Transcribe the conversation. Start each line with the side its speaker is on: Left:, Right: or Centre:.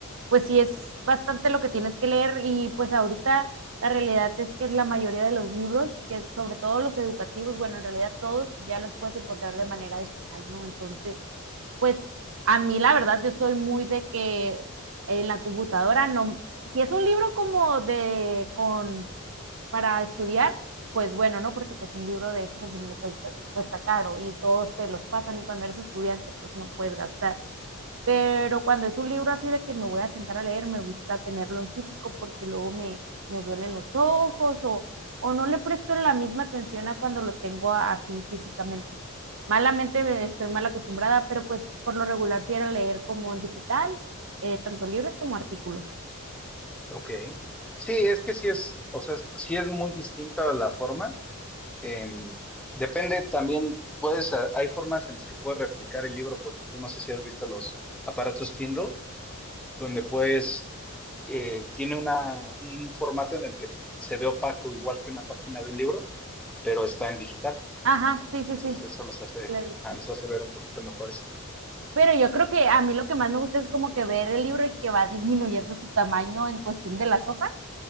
Right: pues sí es bastante lo que tienes que leer y pues ahorita la realidad es que la mayoría de los libros, que sobre todo los educativos, bueno, en realidad todos ya los puedes encontrar de manera digital, ¿no? Entonces, pues a mí la verdad yo soy muy de que en la computadora no si es un libro como de con para estudiar pues bueno no porque pues un libro de esos al final cuesta, cuesta caro y todos te los pasan y cuando eres estudiante pues no puedes gastar pero cuando es un libro así de que me voy a sentar a leer, me gusta tenerlo en físico porque luego me, me duelen los ojos o, o no le presto la misma atención a cuando lo tengo así físicamente. Malamente estoy mal acostumbrada, pero pues por lo regular sí era leer como en digital, eh, tanto libros como artículos.
Centre: Ok. Sí, es que sí es, o sea, sí es muy distinta la forma. Em, depende también, puedes, a- hay formas en las que puedes replicar el libro, por ejemplo, no sé si has visto los aparatos Kindle, donde puedes, eh, tiene una, un formato en el que se ve opaco, igual que una página de un libro, pero está en digital.
Right: Ajá, sí, sí,
Centre: Entonces
Right: sí,
Centre: eso los hace,
Right: lo he visto.
Centre: ah, los hace ver un poquito mejores.
Right: Pero yo creo que a mí lo que más me gusta es como que ver el libro y que va disminuyendo su tamaño en cuestión de las hojas